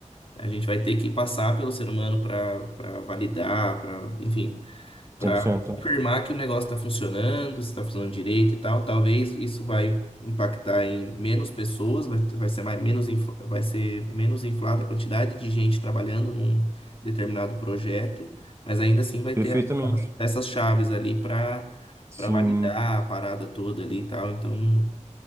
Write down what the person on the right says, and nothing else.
cem por cento
Perfeitamente.
Sim.